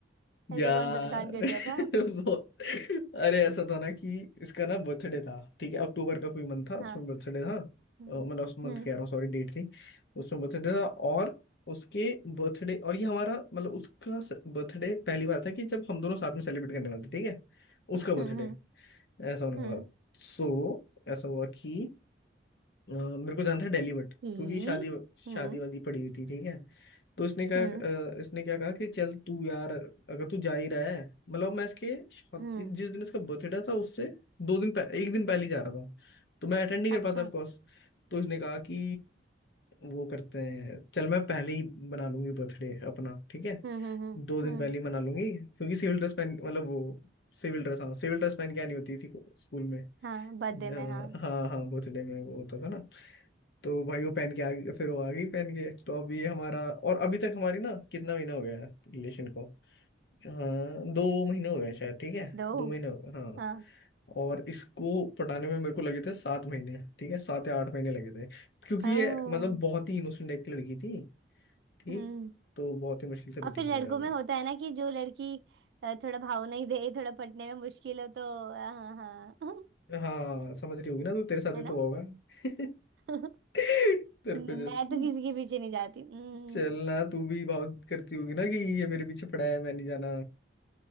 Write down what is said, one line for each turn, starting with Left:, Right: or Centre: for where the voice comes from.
Right: ऐसा
Left: यार
Right: कौन सा कांड कर
Left: <laughs>
Right: दिया था
Left: वो अरे ऐसा था ना कि इसका ना बर्थडे था ठीक है अक्टूबर का कोई मंथ था
Right: हाँ
Left: उसमें बर्थडे था अ,
Right: हम्म
Left: मतलब उस मंथ
Right: हम्म
Left: कह रहा हूँ सॉरी डेट थी उसमें बर्थडे था और उसके बर्थडे और ये हमारा मतलब उसका बर्थडे पहली बार था कि जब हम दोनों साथ में सेलिब्रेट करने वाले थे ठीक है उसका बर्थडे
Right: हम्म हम्म
Left: ऐसा होने
Right: हम्म।
Left: वाला सो ऐसा हुआ कि अ, मेरे को जाना था दिल्ली बट
Right: कि
Left: क्योंकि शादी शादी
Right: हम्म
Left: वादी पड़ी हुई थी ठीक है तो इसने कहा
Right: हम्म
Left: अ, इसने क्या कहा कि चल तू यार अगर तू जा ही रहा है मतलब मैं इसके शा-
Right: हम्म
Left: जिस दिन इसका बर्थडे था उससे दो दिन पह, एक दिन पहले ही जा रहा था तो मैं अटेंड नहीं कर
Right: अच्छा
Left: पाता ऑफ कोर्स तो इसने कहा कि वो करते हैं चल मैं पहले ही मना लूंगी बर्थडे अपना ठीक है
Right: हम्म हम्म हम्म
Left: दो दिन
Right: हम्म,
Left: पहले ही मना लूंगी क्योंकि सिविल ड्रेस पहन मतलब वो सिविल ड्रेस हाँ सिविल ड्रेस पहन के आनी होती थी स्कूल में
Right: हाँ
Left: अ,
Right: बर्थडे में हाँ
Left: हाँ हाँ बर्थडे में वो होता था ना तो भाई वो पहन के आ गई फिर वो आ गई पहन के तो अभी हमारा और अभी तक हमारी ना कितना महीना हो गया है रिलेशन को हाँ दो महीने हो गए शायद ठीक है
Right: दो
Left: दो महीने हो गए, हाँ
Right: हाँ
Left: और इसको पटाने में मेरे को लगे थे सात महीने ठीक है सात या आठ महीने लगे थे क्योंकि
Right: ओ
Left: ये मतलब बहुत ही इनोसेंट टाइप की लड़की थी ठीक
Right: हम्म
Left: तो बहुत ही मुश्किल से
Right: और
Left: पटी
Right: फिर
Left: वगैरह
Right: लड़कों
Left: गए
Right: में होता है ना कि जो लड़की अ, थोड़ा भाव नहीं दे थोड़ा पटने में मुश्किल हो तो हाँ हाँ <laughs>
Left: हाँ समझ रही होगी ना तू तेरे साथ भी
Right: है
Left: तो
Right: ना
Left: हुआ होगा <laughs>
Right: <laughs>
Left: तेरे
Right: मैं
Left: पे जस्ट
Right: तो किसी के पीछे नहीं जाती हम्म
Left: चलना तू भी बहुत करती होगी ना कि ये मेरे पीछे पड़ा है मैं नहीं जाना